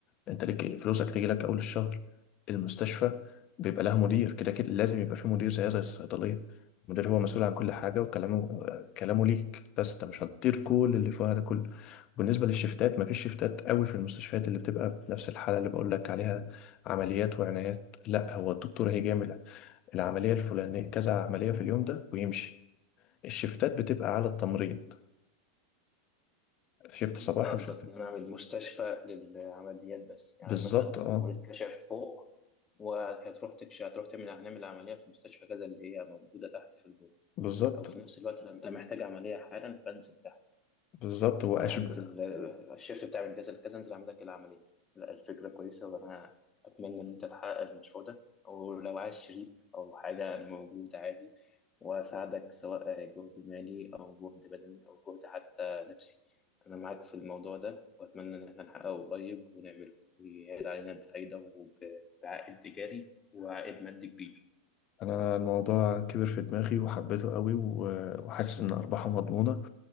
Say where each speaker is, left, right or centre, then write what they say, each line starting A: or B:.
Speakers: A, on the left; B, on the left.
A: انت ليك فلوسك تيجي لك اول الشهر المستشفى بيبقى لها مدير كده كده لازم يبقى في مدير زي زي الصيدليه المدير هو مسؤول عن كل حاجه وكلامه كلامه ليك بس انت مش هتطير كل اللي فيها ده كله بالنسبه للشفتات مفيش شفتات قوي في المستشفيات اللي بتبقى بنفس الحاله اللي بقول لك عليها عمليات وعنايات لا هو الدكتور هيجامل العمليه الفلانيه كذا عمليه في اليوم ده ويمشي الشفتات بتبقى على التمريض شفت صباحي
B: انت قصدك
A: وشفت
B: ان انا اعمل مستشفى للعمليات بس
A: بالظبط
B: يعني مثلا
A: اه
B: المريض كشف فوق وهتروح تكشف هتروح تعمل هنعمل عمليه في مستشفى كذا اللي هي موجوده تحت في البول
A: بالظبط
B: او في نفس الوقت انت محتاج عمليه حالا فانزل
A: بالظبط واشبه
B: هو انا هنزل الشيفت بتاعي من كذا لكذا انزل اعمل لك العمليه لا الفكره كويسه وانا اتمنى ان انت تحقق المشروع ده او لو عايز شريك او حاجه انا موجود عادي واساعدك سواء جهد مالي او جهد بدني او جهد حتى نفسي انا معاك في الموضوع ده واتمنى ان احنا نحققه قريب ونعمله ويعيد علينا بفايده وبعائد تجاري وعائد مادي كبير
A: انا الموضوع كبر في دماغي وحبيته قوي و- وحاسس ان ارباحه مضمونة